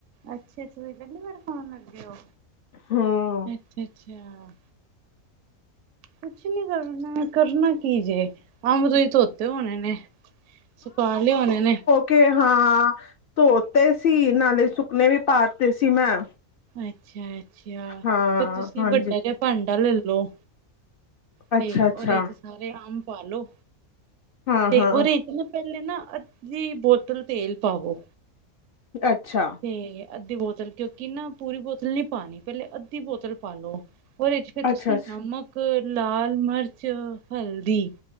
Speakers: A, on the right (about 65°); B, on the left (about 60°).
A: ਅੱਛਾ-ਅੱਛਾ ਪਹਿਲੀ ਵਾਰ ਪਾਣ ਲੱਗੇ ਹੋ?
B: ਹਾਂ
A: ਅੱਛਾ-ਅੱਛਾ। ਕੁਛ ਨੀ ਕਰਨਾ ਕਰਨਾ ਕੀ ਜੇ, ਆਮਰਈ ਧ ਧੋਤੇ ਹੋਣੇ ਨੇ, ਸੁਕਾ ਲੇ ਹੋਣੇ ਨੇ।
B: ਕਿ ਹਾਂ, ਧੋਤੇ ਸੀ ਨਾਲੇ ਸੁਕਨੇ ਵੀ ਪਾਤੇ ਸੀ ਮੈਂ।
A: ਅੱਛਾ-ਅੱਛਾ
B: ਹਾਂ
A: ਤੇ ਤੁਸੀਂ
B: ਹਾਂਜੀ
A: ਵੱਡਾ ਜਾ ਭਾਂਡਾ ਲੈ ਲੋ, ਤੇ
B: ਅੱਛਾ ਅੱਛਾ
A: ਉਹਦੇ ਚ ਸਾਰੇ ਅੰਬ ਪਾ ਲੋ।
B: ਹਾਂ
A: ਤੇ
B: ਹਾਂ
A: ਉਹਦੇ ਚ ਨਾ ਪਹਿਲੇ ਨਾ ਅੱਧੀ ਬੋਤਲ ਤੇਲ ਪਾਵੋ।
B: ਅੱਛਾ
A: ਤੇ ਅੱਧੀ ਬੋਤਲ ਕਿਉਂਕਿ ਨਾ ਪੂਰੀ ਬੋਤਲ ਨਹੀਂ ਪਾਣੀ ਪਹਿਲੇ ਅੱਧੀ ਬੋਤਲ ਪਾਲੋ। ਉਹਦੇ ਚ ਫਿਰ ਤੁਸੀਂ
B: ਅੱਛਾ
A: ਨਮਕ, ਲਾਲ ਮਿਰਚ, ਹਲਦੀ